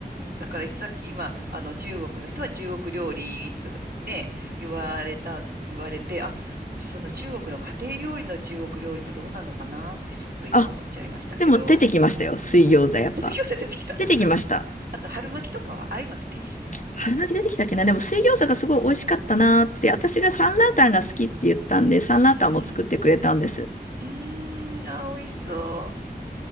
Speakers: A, on the right; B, on the left.
A: だからさっき今、あの中国の人は中国料理とかね、言われたん、言われて、あ、その中国の家庭料理の中国料理ってどうなのかなってちょっと今思っちゃいましたけど、
B: あ、でも出てきましたよ。水餃子やっぱ。
A: 水餃子出てきた。
B: 出てきました。
A: あと春巻きとかは、ああいうのって天使なの
B: 春巻き出てきたっけなでも水餃子がすごい美味しかったなーって、私がサンラータンが好きって言ったんで、サンラータンも作ってくれたんです。
A: うんうん。うーん、あー、美味しそう。